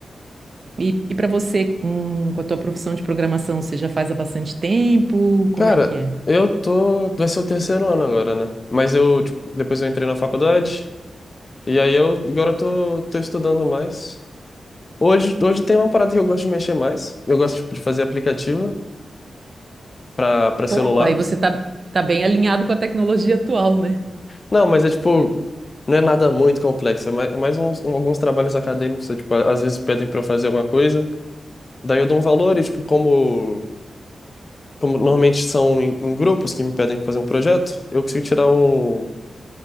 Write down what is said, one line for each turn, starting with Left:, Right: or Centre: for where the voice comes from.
Right: E, e para você, com, com a tua profissão de programação, você já faz há bastante tempo? Como
Left: Cara,
Right: é que é?
Left: eu tô. Vai ser o terceiro ano agora, né? Mas eu, tipo, depois eu entrei na faculdade, e aí eu agora eu tô, tô estudando mais. Hoje, hoje tem uma parada que eu gosto de mexer mais. Eu gosto, tipo, de fazer aplicativo pra, pra celular.
Right: Pô, aí você tá, tá bem alinhado com a tecnologia atual, né?
Left: Não, mas é tipo, não é nada muito complexo. É mais, é mais uns, um- alguns trabalhos acadêmicos, é, tipo, às vezes pedem pra eu fazer alguma coisa. Daí eu dou um valor e, tipo, como, como normalmente são em, em grupos que me pedem pra fazer um projeto, eu consigo tirar um.